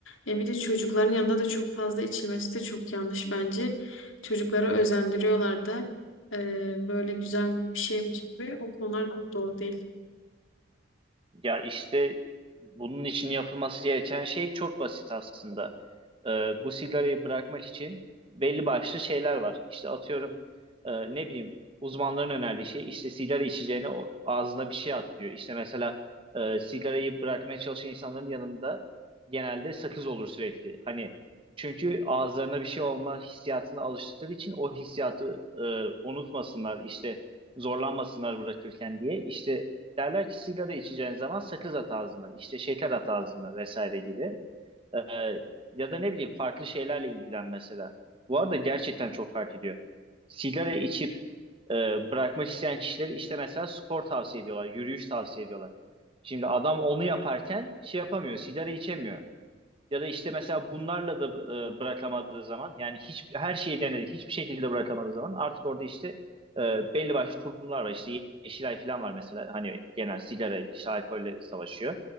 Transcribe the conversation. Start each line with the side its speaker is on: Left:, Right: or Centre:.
Left: E bir de çocukların yanında da çok fazla içilmesi de çok yanlış bence. Çocukları özendiriyorlar da E, böyle güzel bir şeymiş gibi o konular da doğru değil.
Right: Ya işte bunun için yapılması gereken şey çok basit aslında. Ee, bu sigarayı bırakmak için belli başlı şeyler var. İşte atıyorum e, ne bileyim uzmanların önerdiği şey işte sigara içeceğine o- ağzına bir şey at diyor. İşte mesela e, sigarayı bırakmaya çalışan insanların yanında genelde sakız olur sürekli. Hani çünkü ağızlarına bir şey olma hissiyatına alıştıkları için o hissiyatı e, unutmasınlar işte zorlanmasınlar bırakırken diye. İşte Derler ki sigara içeceğin zaman sakız at ağzına, işte şeker at ağzına vesaire gibi. Ee, ya da ne bileyim farklı şeylerle ilgilen mesela. Bu arada gerçekten çok fark ediyor. Sigara içip e, bırakmak isteyen kişileri işte mesela spor tavsiye ediyorlar, yürüyüş tavsiye ediyorlar. Şimdi adam onu yaparken şey yapamıyor, sigara içemiyor. Ya da işte mesela bunlarla da e, bırakamadığı zaman yani hiç her şeyi denedi hiçbir şekilde bırakamadığı zaman artık orada işte e, belli başlı kurumlar var işte Yeşilay falan var mesela hani genel sigara işte alkolle savaşıyor.